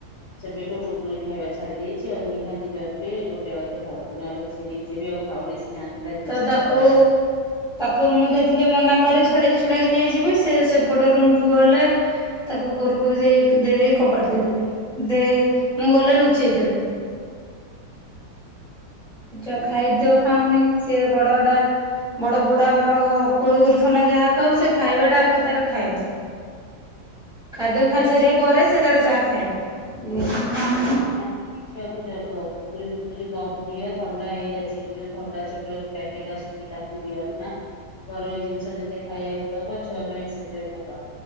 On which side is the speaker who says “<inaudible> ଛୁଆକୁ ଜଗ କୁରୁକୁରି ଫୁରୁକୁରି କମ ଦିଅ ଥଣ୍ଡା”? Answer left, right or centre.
Left